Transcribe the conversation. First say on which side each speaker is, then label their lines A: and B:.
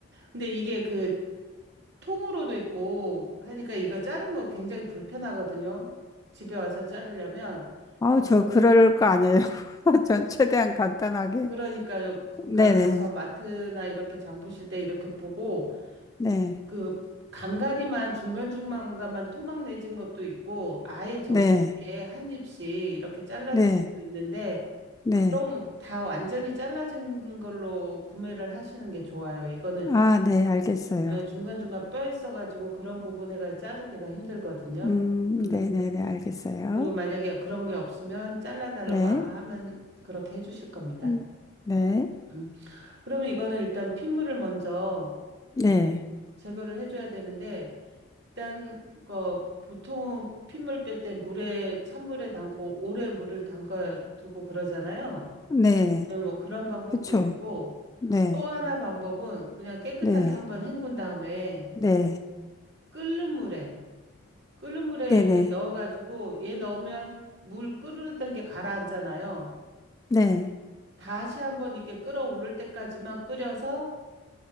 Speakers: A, on the right; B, on the left.
A: 근데 이게 그 통으로도 있고 하니까 이거 자른 거 굉장히 불편하거든요. 집에 와서 자르려면
B: 아우,
A: 그러니까
B: 저
A: 고
B: 그럴 거 아니에요. <laughs> 전 최대한 간단하게.
A: 그러니까 그러니까
B: 네네네.
A: 가서 마트나 이렇게 장 보실 때 이렇게 보고
B: 네.
A: 그 간간이만 중간중간만 토막 내진 것도 있고 아예 정겹게
B: 네.
A: 한 입씩 이렇게 잘라진
B: 네.
A: 것도 있는데
B: 네.
A: 그런 거다 완전히 잘라진 걸로 구매를 하시는 게 좋아요. 이거는
B: 아, 네, 알겠어요.
A: 에, 중간중간 뼈 있어가지고 그런 부분에가 자르기가 힘들거든요.
B: 음,
A: 음.
B: 네네네, 알겠어요.
A: 그리고 만약에 그런 게 없으면 잘라달라고
B: 네.
A: 아마 하면 그렇게 해주실 겁니다.
B: 음, 네,
A: 음. 그러면 이거는 일단 핏물을 먼저
B: 네,
A: 제거를 해줘야 되는데, 일단, 그, 보통 핏물 뺄 때 물에, 찬물에 담고 오래 물을 담가 두고 그러잖아요.
B: 네,
A: 네, 뭐 그런 방법도
B: 그쵸.
A: 있고,
B: 네,
A: 또 하나 방법은 그냥 깨끗하게
B: 네,
A: 한번 헹군 다음에
B: 네,
A: 끓는 물에, 끓는 물에
B: 네,
A: 이렇게
B: 네,
A: 넣어가지고 얘 넣으면 물 끓는 게 가라앉잖아요.
B: 네.
A: 다시 한번 이렇게 끓어오를 때까지만 끓여서